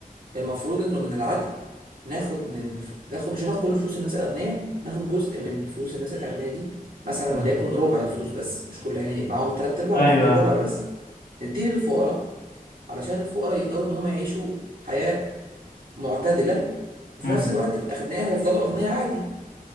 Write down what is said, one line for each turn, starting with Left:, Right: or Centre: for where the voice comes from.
Right: المفروض انه من العدل ناخد من الف... ناخد مش هناخد كل فلوس الناس الاغنياء ناخد جزء من فلوس الناس الاغنياء دي مثلا
Left: مم.
Right: وليكن ربع الفلوس بس مش كل يعني معاهم التلات ارباع
Left: ايوه
Right: وناخد الربع بس نديه للفقراء علشان الفقراء يقدروا ان هم يعيشوا حياة معتدلة وفي
Left: مم.
Right: نفس الوقت الاغنياء هيفضلوا اغنياء عادي